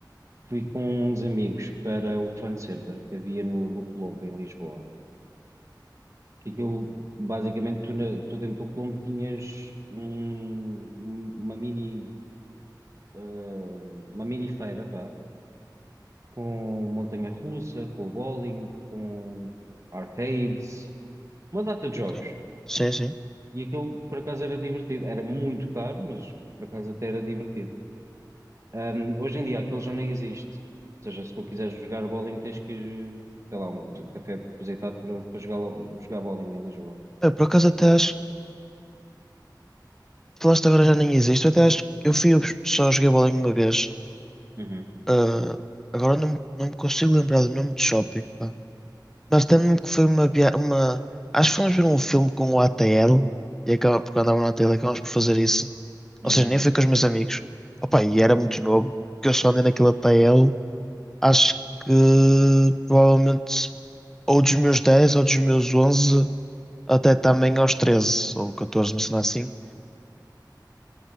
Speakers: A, on the right; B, in the centre.
A: fui com uns amigos para o Fun Center que havia no, no Colombo, em Lisboa. Que aquilo, basicamente, tu, na- tu dentro do Colombo tinhas um- um- uma mini, ah, uma mini feira, vá, com montanha-russa, com bowling, com arcades, uma data de jogos.
B: Ok. Sim, sim.
A: E aquilo por acaso era divertido. Era muito caro, mas por acaso até era divertido. Ahm, hoje em dia aquilo já nem existe. Ou seja, se tu quiseres jogar bowling, tens que ir, sei lá, um café propositado para, para jogar, lo- jogar bowling em Lisboa.
B: É, por acaso até acho Falaste agora já nem existe. Eu até acho que eu fui, só joguei bowling uma vez.
A: Uhum,
B: Ah, agora não, me- não me consigo lembrar do nome de shopping, pá. Mas lembro-me que foi uma, via- uma. Acho que fomos ver um filme com o ATL e acaba, porque andava no ATL e acabamos por fazer isso.
A: uhum.
B: Ou seja, nem fui com os meus amigos. Opa, e era muito novo, porque eu só andei naquele ATL. Acho que provavelmente ou dos meus 10 ou dos meus 11 até também aos 13 ou catorze uma cena assim.